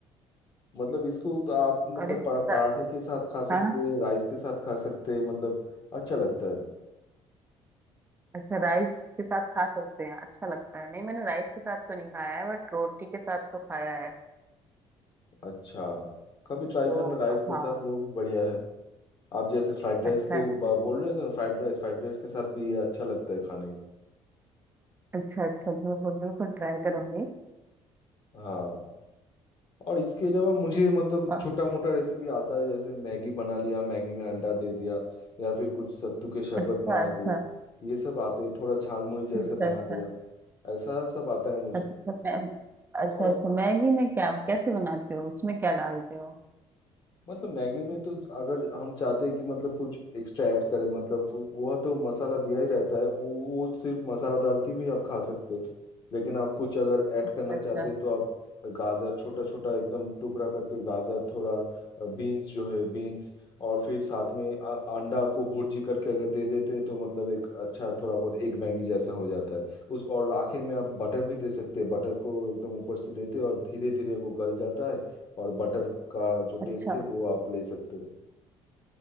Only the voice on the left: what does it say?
मतलब इसको तो आप मतलब
परा-
पराठे के साथ खा सकते
हैं राइस के साथ खा सकते हैं मतलब अच्छा लगता है
अच्छा कभी ट्राई
करना राइस
के साथ वो भी बढ़िया है आप जैसे फ्राइड राइस
को ब- बोल रहे थे ना फ्राइड राइस फ्राइड राइस के साथ भी ये अच्छा लगता है खाने में
हाँ और इसके अलावा मुझे मतलब
छोटा मोटा रेसिपी आता है जैसे मैगी बना लिया मैगी में अंडा दे दिया या फिर कुछ सत्तू के शरबत
बना
लिए ये सब आते हैं थोड़ा झालमुड़ी
जैसे बना
लिया ऐसा सब आता है मुझे
और
मतलब मैगी में तो अगर हम चाहते हैं कि मतलब कुछ एक्स्ट्रा ऐड करें मतलब वो वह तो मसाला दिया ही रहता है वो वो सिर्फ मसाला डाल के भी आप खा सकते हैं लेकिन आप कुछ अगर ऐड
करना
चाहते हैं तो आप गाजर छोटा छोटा एकदम टुकड़ा करके गाजर थोड़ा बीन्स जो है बीन्स और फिर साथ में अ- अंडा को भुर्जी करके अगर दे देते हैं तो मतलब एक अच्छा थोड़ा बहुत एक मैगी जैसा हो जाता है उस और आखिर में आप बटर भी दे सकते हैं बटर को एकदम ऊपर से देते हैं और धीरे धीरे वो गल जाता है और बटर का जो
टेस्ट है वो आप ले सकते हो